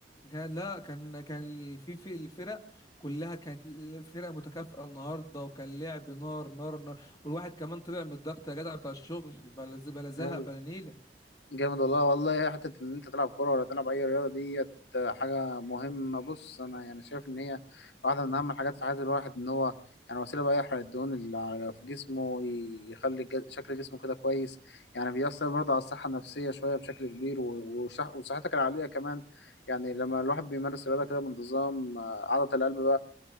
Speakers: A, on the left (about 20°); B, on the left (about 80°).
A: كان- لا كان كان ال- في في الفرق كلها كانت الفرق متكافئة النهاردة وكان لعب نار نار نار والواحد كمان طلع من الضغط يا جدع بتاع الشغل بلا ز- بلا زهق
B: هل
A: بلا نيلة
B: جامد والله والله حته ان انت تلعب كوره ولا تلعب اي رياضه ديت حاجه مهمه بص انا يعني شايف ان هي واحده من اهم الحاجات في حياه الواحد ان هو يعني وسيله بقى يحرق الدهون اللي على- في جسمه ويخلي الج- شكل جسمه كده كويس يعني بيأثر برضه على الصحه النفسيه شويه بشكل كبير و- وصح- وصحتك العقليه كمان يعني لما الواحد بيمارس رياضه كده بانتظام آه، عضله القلب